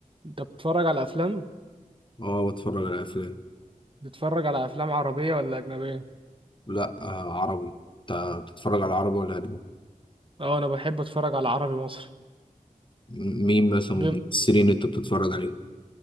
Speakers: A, on the right; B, on the left.
A: انت بتتفرج على افلام
B: اه بتفرج على افلام
A: بتتفرج على افلام عربيه ولا اجنبيه
B: لا آه عربي انت بتتفرج على عربي ولا اجنبي
A: اه انا بحب اتفرج على عربي مصري
B: م- مين مثلا من
A: بم...
B: الممثلين اللي انت بتتفرج عليه